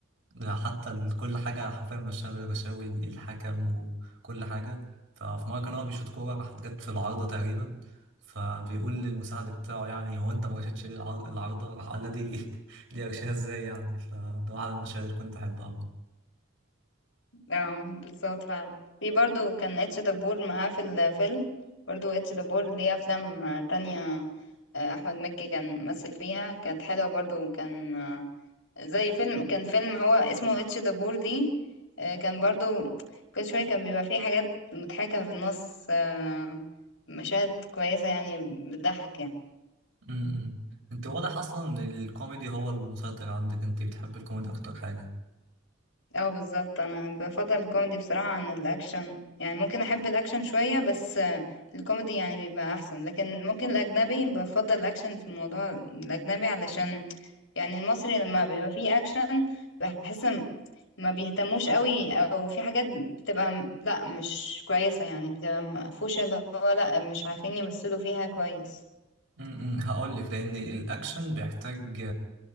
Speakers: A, on the right; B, on the left.
A: ده حتى ال- كل حاجة حرفيا مشاها بالرشاوي ال- الحكم وكل حاجة ففي مرة كان هو بيشوط كورة راحت جت في العارضة تقريبا فبيقول للمساعد بتاعه يعني هو انت ما رشيتش ليه العار- العارضة راح قال له دي <laughs> دي ارشيها ازاي يعني فده واحد من المشاهد اللي كنت بحبها أوي.
B: اه بالظبط فعلا في برضو كان اتش دبور معاه في الفيلم برضو اتش دبور ليه افلام آه، تانية آه، احمد مكي كان ممثل فيها كانت حلوة برضو كان آه، زي فيلم كان فيلم هو اسمه اتش دبور دي آه، كان برضو كل شوية كان بيبقى فيه حاجات مضحكة في النص آه، مشاهد كويسة يعني بتضحك يعني
A: امم انت واضح اصلا ان الكوميدي هو المسيطر عندك انت بتحب الكوميدي اكتر حاجة
B: اه بالظبط انا بفضل الكوميدي بصراحة عن الاكشن يعني ممكن احب الاكشن شوية بس آه، الكوميدي يعني بيبقى احسن لكن ممكن الاجنبي بفضل الاكشن في الموضوع الاجنبي علشان يعني المصري لما بيبقى فيه اكشن بحس ما بيهتموش قوي او في حاجات بتبقى م- لا مش كويسة يعني بتبقى مقفوشة اللي هو لا مش عارفين يمثلوا فيها كويس
A: امم هقول لك لان الاكشن بيحتاج